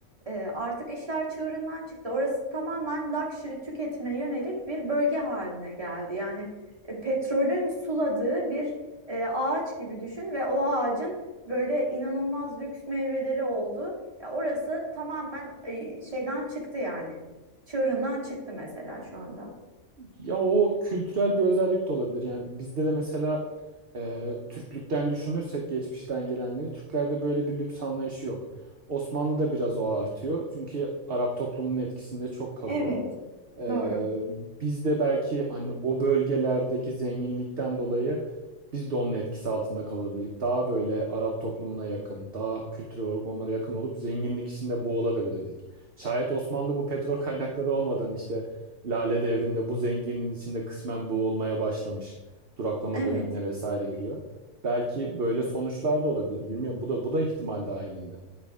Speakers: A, on the right; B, on the right.
A: e, artık işler çığırından çıktı. Orası tamamen luxury tüketime yönelik bir bölge haline geldi. Yani e, petrolün suladığı bir e, ağaç gibi düşün ve o ağacın böyle inanılmaz lüks meyveleri oldu. Ya orası tamamen e, şeyden çıktı yani. Çığırından çıktı mesela şu anda.
B: Ya o kültürel bir özellik de olabilir. Yani bizde de mesela Ee, Türklükten düşünürsek geçmişten gelenleri Türklerde böyle bir lüks anlayışı yok. Osmanlı'da biraz o artıyor. Çünkü Arap toplumunun etkisinde çok kalıyor.
A: Evet,
B: Ee,
A: doğru.
B: biz de belki hani o bölgelerdeki zenginlikten dolayı biz de onun etkisi altında kalabilirdik. Daha böyle Arap toplumuna yakın, daha kültürel olarak onlara yakın olup zenginlik içinde boğulabilirdik. Şayet Osmanlı bu petrol <laughs> kaynakları olmadan işte Lale Devri'nde bu zenginliğin içinde kısmen boğulmaya başlamış. Duraklama
A: Evet.
B: dönemine vesaire giriyor. Belki böyle sonuçlar da olabilirdi. Bilmiyorum. Bu da bu da ihtimal dahilinde.